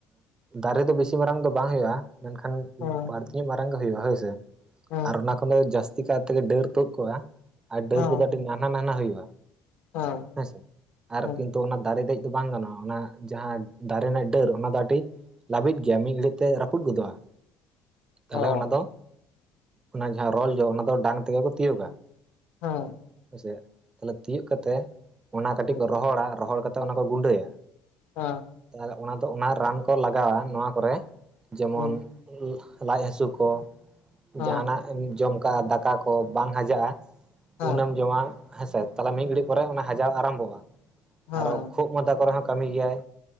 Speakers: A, on the right; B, on the left.
A: ᱫᱟᱨᱮ ᱫᱚ ᱵᱤᱥᱤ ᱢᱟᱨᱟᱝ ᱫᱚ ᱵᱟᱝ ᱦᱩᱭᱩᱜ-ᱟ ᱢᱮᱱᱠᱷᱟᱱ
B: ᱦᱮᱸ
A: ᱯᱟᱨ ᱛᱤ ᱢᱟᱨᱟᱝ ᱜᱮ ᱦᱩᱭᱩᱜ-ᱟ ᱦᱳᱭ ᱥᱮ,
B: ᱦᱮᱸ
A: ᱚᱱᱟ ᱠᱷᱚᱱ ᱫᱚ ᱡᱟᱹᱥᱛᱤ ᱠᱟᱭ ᱛᱮ ᱰᱟᱹᱨ ᱛᱩᱫ ᱠᱚᱜ-ᱟ ᱟᱨ ᱰᱟᱹᱨ
B: ᱦᱮᱸ
A: ᱠᱚᱫᱚ ᱟᱹᱰᱤ ᱱᱟᱱᱦᱟ ᱱᱟᱱᱦᱟ ᱦᱩᱭᱩᱜ-ᱟ᱾
B: ᱦᱮᱸ
A: ᱦᱮᱸᱥᱮ ᱟᱨ
B: ᱦᱮᱸ
A: ᱠᱤᱱᱛᱩ ᱚᱱᱟ ᱫᱟᱨᱮ ᱫᱮᱡ ᱵᱟᱝ ᱜᱟᱱᱚᱜ-ᱟ ᱚᱱᱟ ᱡᱟᱦᱟᱸ ᱫᱟᱨᱮ ᱱᱟᱜ ᱰᱟᱹᱨ ᱚᱱᱟ ᱫᱚ ᱟᱰᱤ ᱞᱟᱵᱤᱫ ᱜᱮᱭᱟ ᱢᱤᱫ ᱜᱷᱟᱹᱲᱤᱡ ᱛᱮ ᱨᱟᱹᱯᱩᱫ ᱜᱚᱫᱚᱜ-ᱟ᱾ ᱛᱟᱦᱞᱮ
B: ᱚ
A: ᱚᱱᱟ ᱫᱚ ᱚᱱᱟ ᱡᱟᱦᱟᱸ ᱨᱚᱞ ᱡᱚ ᱚᱱᱟ ᱫᱚ ᱰᱟᱝ ᱛᱮᱜᱮ ᱠᱚ ᱛᱤᱭᱳᱜᱟ᱾
B: ᱦᱩᱸ
A: ᱦᱮᱥᱮ ᱛᱟᱦᱚᱞᱮ ᱛᱤᱭᱳᱜ ᱠᱟᱛᱮᱜ ᱚᱱᱟ ᱠᱟᱹᱴᱤᱡ
B: ᱦᱮᱸ
A: ᱠᱚ
B: ᱦᱮᱸ
A: ᱨᱚᱦᱚᱲᱟ ᱨᱚᱦᱚᱲ ᱠᱟᱛᱮ ᱚᱱᱟ ᱠᱚ ᱜᱩᱸᱰᱟᱹᱭᱟ᱾
B: ᱦᱮᱸ
A: ᱛᱟᱦᱚᱞᱮ ᱚᱱᱟ ᱫᱚ ᱚᱱᱟ ᱨᱟᱱ ᱠᱚ ᱞᱟᱜᱟᱣᱟ ᱱᱚᱣᱟ ᱠᱚᱨᱮ ᱡᱮᱢᱚᱱ
B: ᱦᱮᱸ ᱦᱮᱸ ᱦᱮᱸ
A: ᱞᱟᱡ ᱦᱟᱹᱥᱩ ᱠᱚ
B: ᱦᱮᱸ
A: ᱡᱟᱦᱟᱱᱟᱜ ᱡᱚᱢ ᱠᱟᱜᱼᱟ ᱫᱟᱠᱟ ᱠᱚ ᱵᱟᱝ ᱦᱟᱡᱟᱜᱼᱟ
B: ᱦᱮᱸ
A: ᱩᱱᱹ ᱮᱢ ᱡᱚᱢᱟ ᱦᱮᱸᱥᱮ ᱛᱟᱦᱚᱞᱮ ᱢᱤᱫ ᱜᱷᱟᱹᱲᱤᱡ ᱯᱚᱨᱮ ᱚᱱᱟ ᱦᱟᱡᱟᱣ ᱟᱨᱟᱢᱵᱷᱚᱜᱼᱟ
B: ᱦᱮᱸ
A: ᱟᱨᱚ ᱠᱷᱩᱜ ᱢᱟᱱᱫᱟ ᱠᱚᱨᱮ ᱦᱚᱸ ᱠᱟᱹᱢᱤ ᱜᱮᱭᱟᱭ᱾